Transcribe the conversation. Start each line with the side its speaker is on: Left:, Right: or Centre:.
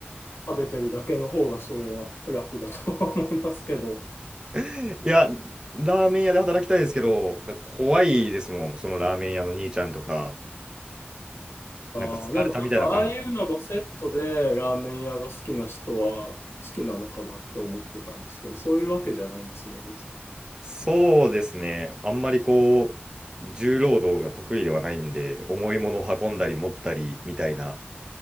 Left: 食べてるだけの方がそれは楽だとは思いますけど。
Right: <laughs> いや、ラーメン屋で働きたいですけど、なんか怖いですもん、そのラーメン屋の兄ちゃんとか、
Left: <laughs> ああ、
Right: なんかスカルタみたいな感じ。
Left: でもなんかああいうのもセットでラーメン屋が好きな人は好きなのかなって思ってたんですけど、そういうわけじゃないんですね、別に。
Right: そうですね、あんまりこう、重労働が得意ではないんで、重いものを運んだり持ったりみたいな